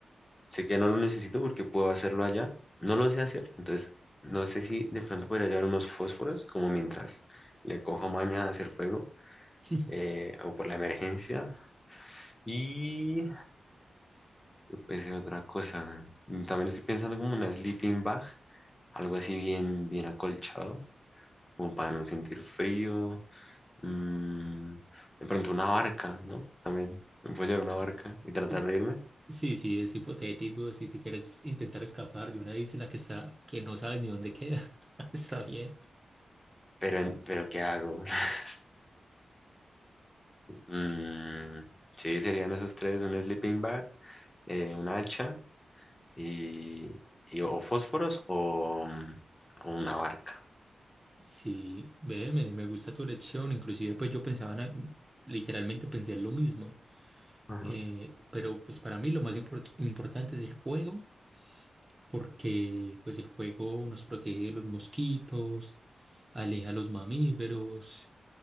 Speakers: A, on the left (about 25°); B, on the right (about 20°).
A: sé que no lo necesito porque puedo hacerlo allá, no lo sé hacer, entonces no sé si de pronto podría hallar unos fósforos, como mientras le cojo maña a hacer fuego,
B: <laughs>
A: eh, o por la emergencia. Y Puede ser otra cosa. Mm, También estoy pensando como una sleeping bag, algo así bien, bien acolchado, como para no sentir frío. Mm, de pronto una barca, ¿no? También me puedo llevar una barca y tratar
B: Es-
A: de irme.
B: Sí, sí, es hipotético. Si te quieres intentar escapar de una isla que está, que no sabes ni dónde queda, <laughs> está bien.
A: Pero, en- pero ¿qué hago? <laughs> Mm, sí, serían esos tres, un sleeping bag, eh, un hacha y, y o fósforos o, mm, o una barca.
B: Sí, ve, me, me gusta tu elección. Inclusive, pues yo pensaba, en- literalmente pensé en lo mismo.
A: Ajá.
B: Eh, pero pues para mí lo más import- importante es el juego porque pues el fuego nos protege de los mosquitos, aleja a los mamíferos